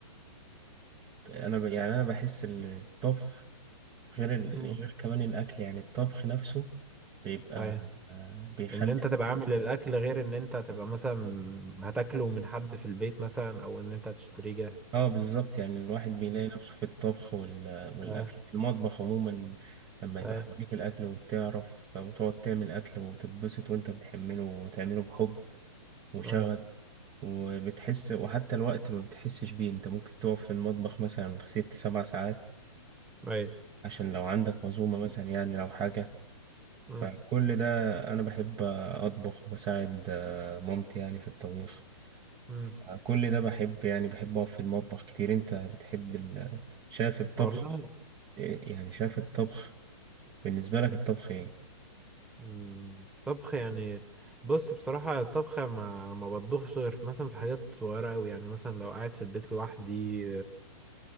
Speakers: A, on the right; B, in the centre.
A: انا ب... يعني انا بحس الطبخ غير ال...
B: مم.
A: غير كمان الاكل يعني الطبخ نفسه بيبقى
B: أيوة
A: آه بيخلي
B: إن أنت تبقى عامل الأكل غير إن أنت تبقى مثلا هتاكله من حد في البيت مثلا أو إن أنت هتشتريه جاهز
A: اه بالظبط يعني الواحد بيلاقي
B: مم.
A: نفسه في الطبخ وال... والاكل
B: أيوة
A: في المطبخ عموما لما يبقى
B: أيوة
A: حواليك الاكل وبتعرف او تقعد تعمل اكل وتتبسط وانت بتحمله وتعمله بحب وشغف
B: أيوة
A: وبتحس وحتى الوقت ما بتحسش بيه انت ممكن تقف في المطبخ مثلا ست سبع ساعات
B: أيوة
A: عشان لو عندك عزومة مثلا يعني لو حاجة
B: مم.
A: فكل ده أنا بحب أطبخ وبساعد آه، مامتي يعني في الطبيخ
B: مم.
A: آه، كل ده بحب يعني بحب أقف في المطبخ كتير أنت بتحب ال... شايف الطبخ
B: والله
A: إيه- يعني شايف الطبخ بالنسبة لك الطبخ إيه؟
B: مم، طبخ يعني بص بصراحة الطبخ ما ما بطبخش غير في- مثلا في حاجات صغيرة أوي يعني مثلا لو قاعد في البيت لوحدي